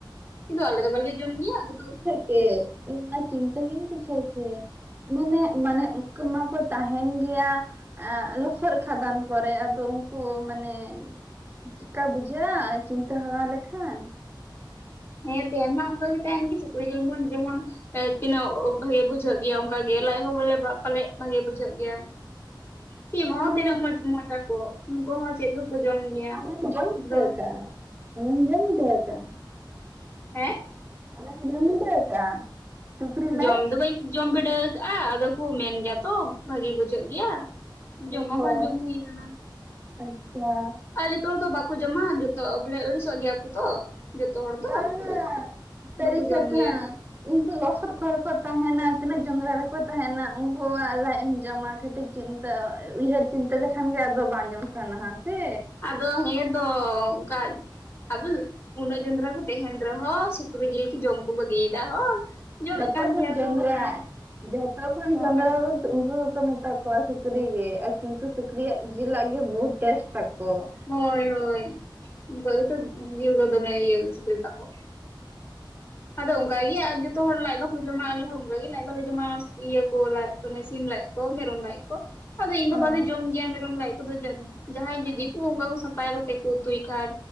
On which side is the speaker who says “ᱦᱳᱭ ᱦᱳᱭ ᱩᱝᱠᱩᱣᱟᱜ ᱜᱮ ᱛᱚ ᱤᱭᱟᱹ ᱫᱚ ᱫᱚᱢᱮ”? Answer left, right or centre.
Left